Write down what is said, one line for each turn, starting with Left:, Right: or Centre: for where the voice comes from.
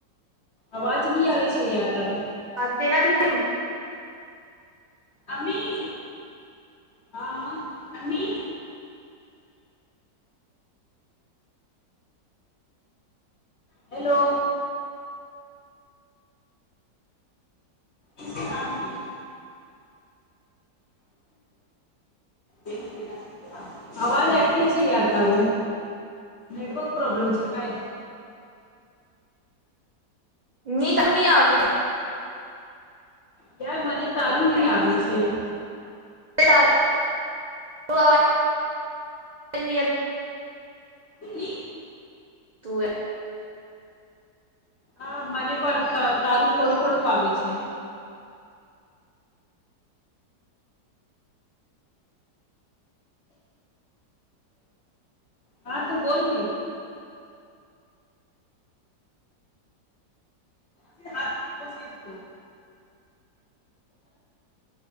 Left: અવાજ નહી આવે છે યા તારું
Right: હા તેનાથી પ
Left: અમી હા હ અમી
Right: એ છે
Left: હેલો ઇલામી લ અવાજ અટ્યા છેતાર નેટવર્ક પ્રોબ્લેમ છે કઈ
Right: ની તું નહી આવતું.
Left: યાર મને તારું નહી આવે છે.
Right: <unintelligible> <inaudible>
Left: ન ક <inaudible>
Right: તું એ
Left: હા મને પણ તારું થોડું થોડુંક આવે છે. હા તું બોલ નથી. છી હથ પછી દ <inaudible>